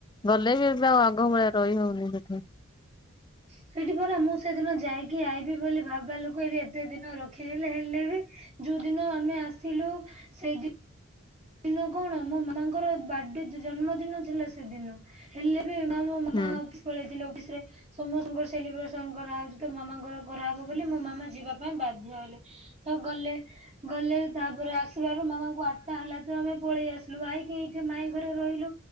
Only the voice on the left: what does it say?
ଗଲେ ବି ଏବେ ଆଉ ଆଗ ଭଳିଆ ରହି ହଉନି ସେଠି।
ହୁଁ